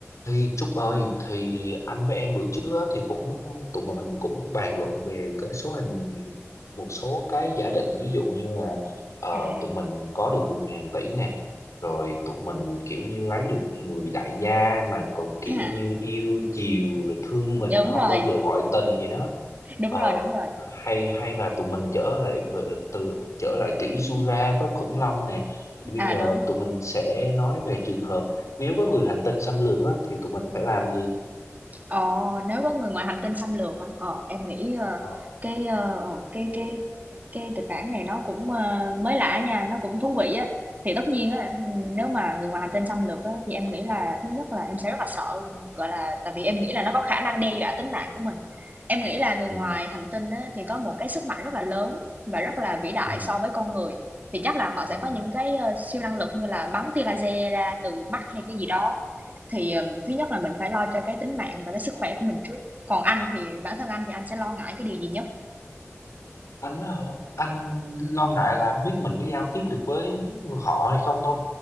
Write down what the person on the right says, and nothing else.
À,
ha,
đúng
rồi,
đúng
rồi, đúng rồi.
À,
đúng.
Ồ, nếu có người ngoài hành tinh xâm lược hả? Ờ, em nghĩ ờ,
cái ờ, ờ, cái cái cái kịch bản này nó cũng ờ, mới lạ nha, nó cũng thú vị á. Thì tất nhiên á, nếu mà người ngoài hành tinh xâm lược á, thì em nghĩ là thứ nhất là em sẽ rất là sợ luôn. Gọi là tại vì em nghĩ là nó có khả năng đe dọa tính mạng của mình. Em nghĩ là người
ngoài hành tinh á, thì có một cái sức mạnh rất là lớn và rất là vĩ đại
so với con người. Thì chắc là họ sẽ
có những cái ờ, siêu năng lực như là bắn tia laser ra từ mắt hay cái gì đó. Thì ừm, thứ nhất là mình phải lo cho cái tính mạng và cái sức khỏe của mình trước. Còn anh thì bản thân anh thì anh sẽ lo ngại cái điều gì nhất?